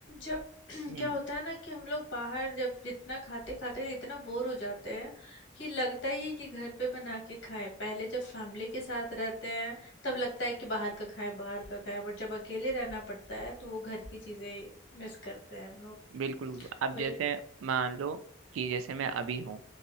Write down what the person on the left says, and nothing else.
जब <clears throat>
क्या होता है ना कि हम लोग बाहर जब जितना खाते खाते इतना बोर हो जाते हैं कि लगता ही है कि घर पे बना के खाएं पहले जब फैमिली के साथ रहते हैं तब लगता है कि बाहर का खाएं बाहर का खाएं बट जब अकेले रहना पड़ता है तो वो घर की चीजें मिस करते हैं हम लोग
वही